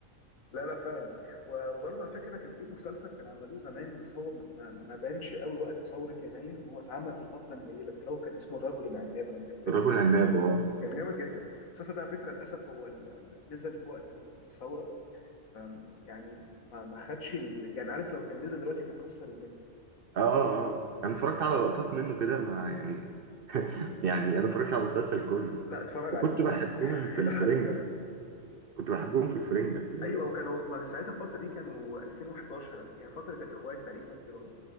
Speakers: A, on the left (about 85°); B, on the right (about 50°).
A: لا لا فعلا و- وبرضه على فكره كان في مسلسل كانوا عملوه زمان بس هو ما, ما ما بانش قوي وقت ثوره يناير ان هو اتعمل في الفتره النيله كده هو كان اسمه الرجل العناب لو تفتكروا
B: الرجل عناب اه
A: كان جامد جدا المسلسل ده على فكره للاسف هو ال- نزل في وقت الثوره ف يعني ما ما خدش ال... يعني عارف لو كان نزل دلوقتي كان كسر الدنيا
B: اه اه اه. انا اتفرجت على لقطات منه كده ما يعني يعني انا اتفرجت على المسلسل كله
A: لا اتفرج
B: وكنت
A: عليه
B: بحبهم
A: <laughs>
B: في
A: هيضحكك
B: الفرنجة كنت بحبهم في الفرنجة خلي
A: ايوه
B: بالك
A: وكانوا ما ساعتها الفتره دي كانوا 2011 يعني فتره الاخوان تقريبا كده اهو